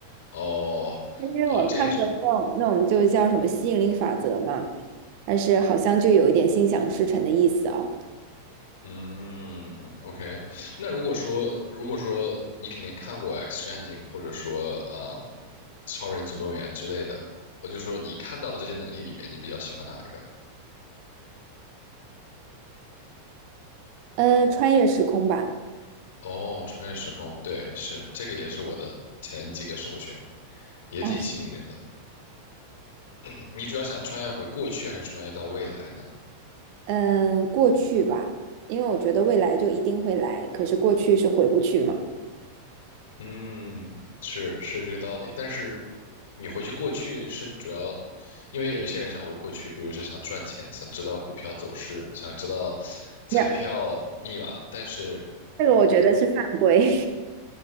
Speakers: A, on the left (about 60°); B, on the right (about 45°).
A: 哦哦这种，
B: 因为我看过那种那种就叫什么吸引力法则嘛，但是好像就有一点心想事成的意思哦。
A: 嗯，OK。那如果说如果说你肯定看过《X 战警》或者说嗯《超人总动员》之类的，我就说你看到的这些能力里面，你比较喜欢哪一个？
B: 呃，穿越时空吧，
A: 哦，穿越时空，对，是这个也是我的前几个首选。也挺吸引人的。
B: 哇塞，
A: 嗯你主要想穿越回过去，还是穿越到未来呢？
B: 嗯，过去吧，因为我觉得未来就一定会来，可是过去是回不去嘛。
A: 嗯，是是这个道理。但是你回去过去是主要，因为有一些人想回过去，比如说想赚钱，想知道股票走势，想知道彩票密码，
B: <laughs>
A: 但是
B: 没有，这个我觉得是犯规。